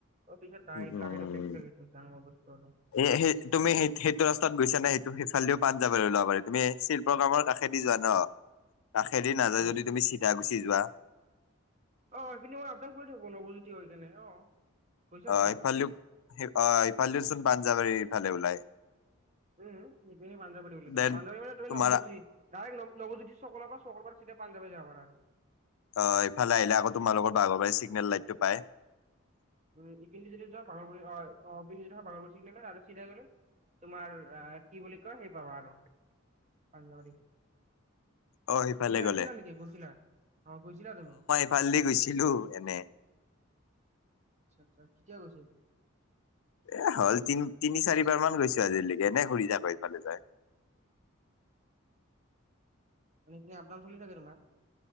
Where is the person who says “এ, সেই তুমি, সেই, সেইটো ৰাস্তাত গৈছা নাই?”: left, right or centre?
Left